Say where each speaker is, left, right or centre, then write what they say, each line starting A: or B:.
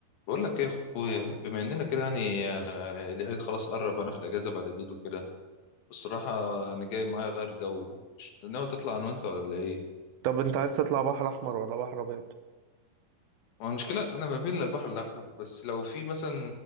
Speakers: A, on the left; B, on the right.
A: بقول لك ايه يا اخويا بما اننا كده يعني آه، العيد خلاص قرب هناخد اجازه بعد العيد وكده الصراحه انا جاي معايا غير جو مش ناوي تطلع انا وانت ولا ايه
B: طب انت عايز تطلع بحر احمر ولا بحر ابيض
A: هو المشكله انا بميل للبحر الاحمر بس لو في مثلا